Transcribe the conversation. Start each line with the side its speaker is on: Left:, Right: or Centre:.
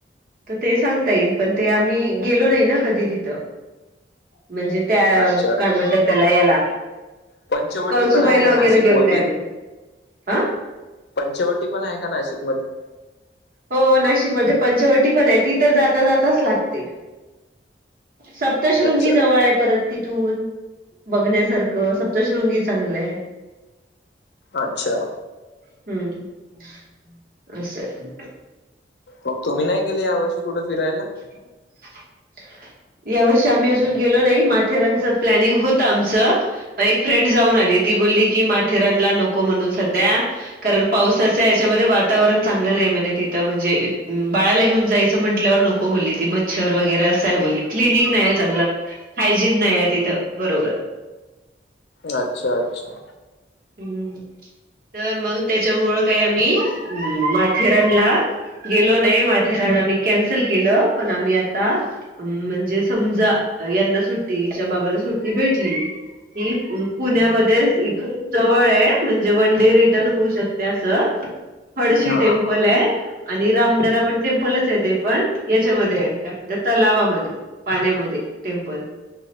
Right: तर ते सांगता येईन पण ते आम्ही गेलो ना कधी तिथं. म्हणजे त्या
Left: अच्छा
Right: कामट्या त्याला याला.
Left: पंचवटी
Right: कळसुबाईला
Left: पण आहे का
Right: वगैरे
Left: नाशिक
Right: गेलो
Left: मधी?
Right: नाही आम्ही हा
Left: पंचवटी पण आहे का नाशिकमध्ये?
Right: हो नाशिकमध्ये पंचवटी पण आहे ती तर जाता जाताच लागते. सप्तशृंगी
Left: अच्छा
Right: जवळ आहे परत तिथून बघण्यासारखं सप्तशृंगी चांगलंय.
Left: अच्छा.
Right: हम्म असं.
Left: मग तुम्ही नाही गेले या वर्षी कुठे फिरायला?
Right: <inaudible> यावर्षी आम्ही अजून गेलो नाही माथेरानचं प्लॅनिंग होतं आमचं म एक फ्रेंड जाऊन आली ती बोलली की माथेरानला नको म्हणू सध्या कारण पावसाचा याच्यामध्ये वातावरण चांगलं नाही म्हणे तिथं म्हणजे बाळाला घेऊन जायचं म्हंटल्यावर न को बोलली ती मच्छर वगैरे असं आहे बोलली. क्लीनिंग नाही आहे चांगलं हायजीन नाही आहे तिथं बरोबर.
Left: अच्छा अच्छा.
Right: हम्म तर मग त्याच्यामुळं काही आम्ही माथेरानला गेलो नाही माथेरान आम्ही कॅन्सल केलं पण आम्ही आता अम्म म्हणजे समजा यांना सुट्टीच्या हिचा बाबाला सुट्टी भेटली ती पुण्यामध्येच इथून जवळ आहे म्हणजे वन डे रिटर्न होऊ शकते असं हळशी
Left: हा
Right: टेम्पल
Left: हा
Right: आहे आणि रामदरा पण टेम्पलच आहे ते पण याच्यामध्ये काय म्हणत तलावामध्ये पाण्यामध्ये टेम्पल